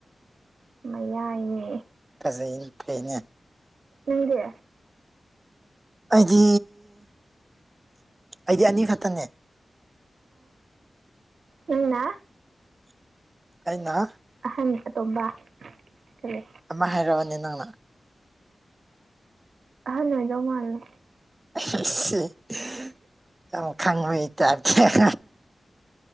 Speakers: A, on the right (about 85°); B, on the right (about 20°).
A: ꯃꯌꯥꯏꯅꯦ
B: ꯄꯖꯩ ꯐꯩꯅ
A: ꯅꯪꯗꯤ
B: ꯑꯩꯗꯤ ꯑꯩꯗꯤ ꯑꯅꯤ ꯈꯛꯇꯅꯦ
A: ꯅꯪꯅ
B: ꯑꯩꯅ
A: ꯑꯍꯟ ꯑꯇꯣꯝꯕ ꯈꯂꯦ
B: ꯑꯃ ꯍꯥꯏꯔꯛꯑꯅꯦ ꯅꯪꯅ
A: ꯍꯣꯏꯗꯃꯥꯜꯂꯣ
B: ꯑ ꯌꯥꯝ ꯈꯪꯕꯩ ꯇꯥꯏꯞꯇ